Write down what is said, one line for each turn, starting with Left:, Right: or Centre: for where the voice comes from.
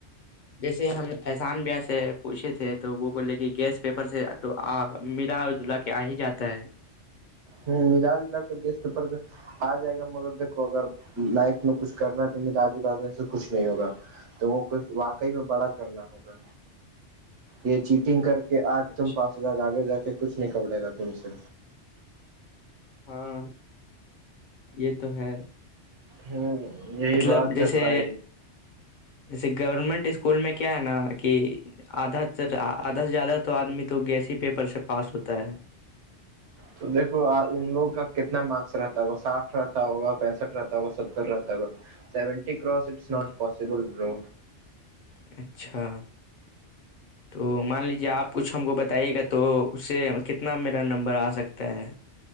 Left: جیسے ہم احسان بیا سے پوچھے تھے تو وہ بولے کہ گیس پیپر سے ملا جلا کے آ ہی جاتا ہے
Right: ہ ملا جلا کر گیس پ پڑتے آ جائے گا مگر دیکھو اگر لائق میں کچھ کرنا ہے تو ملااج اداز میں سے کچھ نہیں ہوگا تو وہ کچھ واقعی میں بڑا کرنا ہوگا یہ چیٹنگ کر کہ آج
Left: اچھا
Right: تم پاس ہو جائے گا آگے جا کے کچھ نہیں کرڑے گا تم سے
Left: ہاں یہ تو ہے
Right: ہ یہی
Left: مطلب
Right: بات
Left: جیسے
Right: ہے بھائی
Left: جیسے گورنمنٹ اسکول میں کیا ہے نا کہ آدھا آدھا سے زیادہ تو آدمی تو گیسی پیپر سے پاس ہوتا ہے
Right: تو دیکو ان لوگ کا کتنا مارکس رہتا ہوگا ساٹھ رہتا ہوگا پینسٹھ رہتا ہوگا ستر رہتا ہوگا سیونٹیسٹ نٹ
Left: جی
Right: پابلو
Left: اچھا تو مان لیجیے آپ کچھ ہم کو بتائیے گا تو اس سے کتنا میرا نمبر آ سکتا ہے